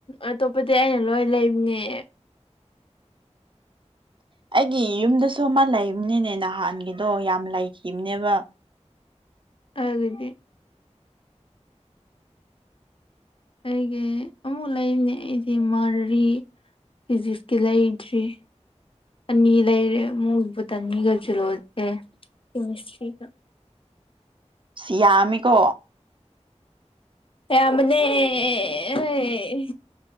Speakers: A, on the left (about 50°); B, on the right (about 45°).
A: ꯑꯇꯣꯞꯄꯗꯤ ꯑꯩꯅ ꯂꯣꯏ ꯂꯩꯕꯅꯦ
B: ꯑꯩꯒꯤ ꯌꯨꯝꯗꯁꯨ ꯑꯃ ꯂꯩꯕꯅꯤꯅꯦ ꯅꯍꯥꯟꯒꯤꯗꯣ ꯌꯥꯝ ꯂꯩꯈꯤꯝꯅꯦꯕ
A: <unintelligible> ꯑꯩꯒꯤ ꯑꯃꯨꯛ ꯂꯩꯔꯤꯅꯦ ꯑꯩꯗꯤ ꯃꯔꯤ ꯐꯤꯖꯤꯛꯁꯀꯤ ꯂꯩꯗ꯭ꯔꯤ ꯑꯅꯤ ꯂꯩꯔꯦ ꯃꯨꯕꯗꯅꯤꯒ ꯖꯨꯂꯣ ꯑꯦ ꯀꯦꯃꯤꯁꯇ꯭ꯔꯤꯒ
B: ꯁꯤ ꯌꯥꯝꯃꯤꯀꯣ
A: ꯌꯥꯝ ꯃꯅꯦ ꯍꯩ